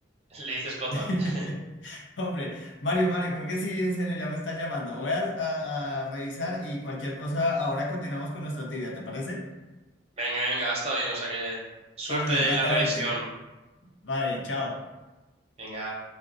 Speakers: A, on the right; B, on the left.
A: <laughs> Le dices Gotham.
B: <laughs>
A: <laughs>
B: Hombre, Mario, Mario, creo que sí, en serio, ya me está llamando. Voy a, a- a revisar y cualquier cosa, ahora continuamos con nuestra actividad, ¿te parece?
A: Venga, venga, ha estado bien, o sea que suerte
B: Hombre, me encanta
A: en la revisión.
B: verte. Vale, chao.
A: Venga.